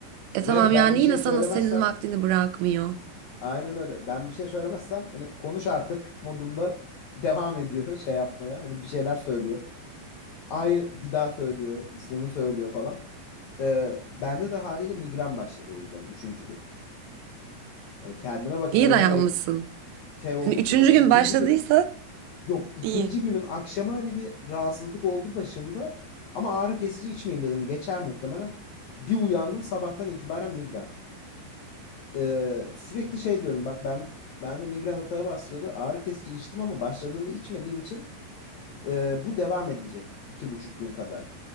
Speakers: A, on the right; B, on the left.
A: E tamam
B: ve hani
A: yani
B: ben bir şey
A: yine
B: söylemezsem
A: sana senin vaktini bırakmıyor.
B: Aynen öyle. Ben bir şey söylemezsem hani konuş artık <laughs> modunda devam ediyor şey yapmaya. Hani bir şeyler söylüyor. Aynı bir daha söylüyor, ismimi söylüyor falan. Ee, bende de haliyle migren başladı o yüzden üçüncü gün. Hani kendime vakit
A: İyi
B: ayıramayıp
A: dayanmışsın.
B: şey oldukça
A: Hani üçüncü
B: zaten
A: gün
B: ikinci
A: başladıysa
B: günüm. Yok ikinci
A: iyi.
B: günün akşamı hani bir rahatsızlık oldu başımda. Ama ağrı kesici içmeyeyim dedim. Geçer muhtemelen. Bir uyandım sabahtan itibaren migren. e, sürekli şey diyorum bak ben ben de migren atağı bastırdı. Ağrı kesici içtim ama başladığında içmediğim için e, bu devam edecek iki buçuk gün kadar.